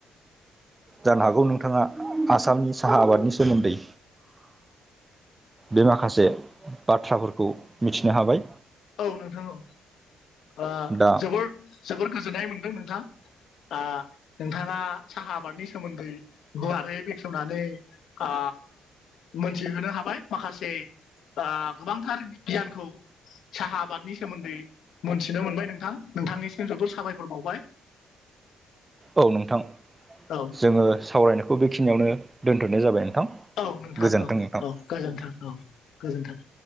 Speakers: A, on the right (about 20°); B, on the left (about 75°).
A: जानो हागौ नोंथाङा आसामनि साहा आबादनि सोमोन्दै बे माखासे बाथ्राफोरखौ मिथिनो हाबाय
B: औ नोंथां औ ओ
A: दा
B: जोबोर जोबोर गोजोननाय मोनदों नोंथां दा नोंथाङा साहा आबादनि सोमोन्दै गुवारै बेखेवनानै आ मोनथिहोनो आ हाबाय माखासे ओ गोबांथार गियानखौ साहा आबादनि सोमोन्दै मोनथिनो मोनबाय नोंथां नोंथांनिसिम जोबोद साबायखर बावबाय <unintelligible>
A: औ नोंथां
B: औ
A: जोङो सावरायनायखौ बेखिनियावनो दोनथ'नाय जाबाय नोंथां
B: औ नोंथां
A: गोजोन्थों
B: औ
A: नोंथां
B: औ गोजोन्थों औ गोजोन्थों